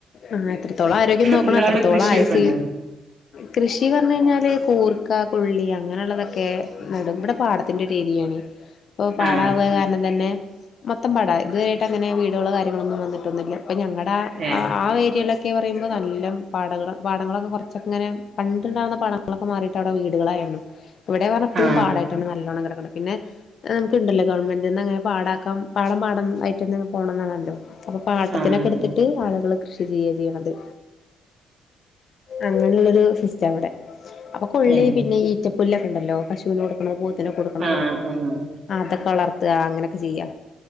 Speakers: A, on the left; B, on the right.
A: ആ എത്രത്തോളം ആരോഗ്യം നോക്കണം
B: നിങ്ങളവിടെ
A: അത്രത്തോളം
B: കൃഷിയൊക്കെണ്ടാ
A: ആയുസ് കൃഷി പറഞ്ഞു കഴിഞ്ഞാല് കൂർക്ക കൊള്ളി അങ്ങനെള്ളതൊക്കെ നടും ബടെ പാടത്തിന്റെര് ഏരീയാണ് ഇപ്പൊ പാടാവ
B: ആ
A: കാരണം തന്നെ മൊത്തം പാടാ ഇതുവരായിട്ട്
B: ആ
A: അങ്ങനെ വീടുകള കാര്യങ്ങളൊന്നും വന്നിട്ടൊന്നില്ല അപ്പൊ ഞങ്ങളുടെ
B: ഏ
A: ആഹ് ആഹ് ഏരിയയിലെ ക്കെ പറയുമ്പം നല്ലം പാടങ്ങള പാടങ്ങളൊക്കെ കുറച്ചൊക്ക ഇങ്ങനെ പണ്ട്ണ്ടാകുന്ന പാടങ്ങളൊക്കെ മാറിയി ട്ടവിടെ വീടുകളായിരുന്നു ഇവിടെന്ന്ർഞ പ്പഴും
B: ആ
A: പാടായിട്ടാണ് നല്ലോണം കിടക്ണ്ട് പിന്നെ ഏഹ് നമുക്ക്ണ്ടല്ലോ ഗവൺമെന്റിൽന്ന് അങ്ങനെ പാടാക്ക പാടം പാടതായിട്ട്ന്നെ പോണംന്നാണല്ലോ അപ്പൊ പാട്ടത്തിനൊക്കടുത്തിട്ട്
B: ആ അതെ
A: ആളുകള് കൃഷി ചെയ്യുക ചെയ്യണത് അങ്ങനെയുള്ളരു സിസ്റ്റം വിടെ അപ്പൊ കൊള്ളി
B: ഏഹ്
A: പിന്നെ ഈ ച്ച പുല്ലൊക്കെണ്ടല്ലോ പശുവിനെ കൊടുക്കണത് പൂത്തിനെ കൊടുക്കണത്
B: ആഹ് ആഹ്
A: ആതൊക്കെ വളർത്ത അങ്ങനെക്കെ ചെയ്യാ